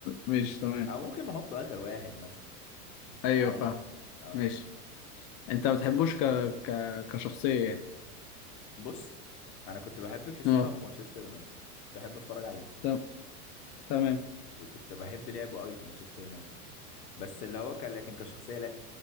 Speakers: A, on the left; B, on the left.
A: ماشي تمام
B: او ممكن نحط اخر واحد مثلا يعني
A: ايوه
B: عادي
A: فاهم
B: اه
A: ماشي انت ما بتحبوش ك... ك... كشخصية يعني
B: بص انا كنت بحب كريستيانو
A: اه
B: في مانشستر يونايتد كنت بحب اتفرج عليه
A: تم- تمام
B: ك- كنت بحب لعبه قوي في مانشستر يونايتد بس بس اللي هو كان لكن كشخصيه لا